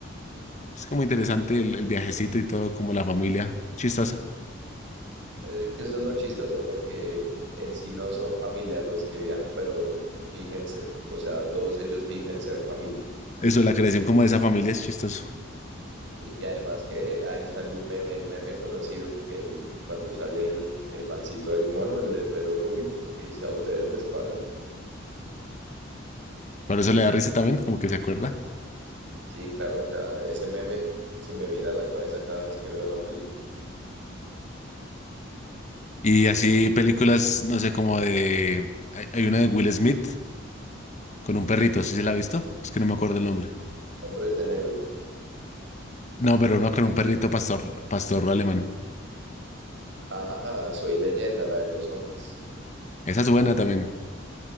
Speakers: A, on the left; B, on the right.
A: Es como interesante el, el viajecito y todo, como la familia. Chistosa.
B: Es que eso es lo chistoso porque en sí no son familia los que viajan, pero fíjense, o sea, todos ellos fingen ser familia.
A: Eso, la creación como de esa familia es chistoso.
B: Sí, y además que <laughs> ahí salió un meme, el meme conocido, que el, cuando sale el, el mancito, el mono, el del pelo rubio, que dice, ¿a ustedes les pagan?
A: Por eso le da risa también, como que se acuerda.
B: Sí, claro, o sea, ese meme se me viene a la cabeza cada vez que veo la película.
A: Y así películas, no sé, como de... Hay, hay una de Will Smith con un perrito, ¿sí se la ha visto? Es que no me acuerdo el nombre.
B: Hombres de negro.
A: No, pero uno con un perrito pastor, pastor alemán.
B: Ah, Soy Leyenda, la de los zombies.
A: Esa es buena también.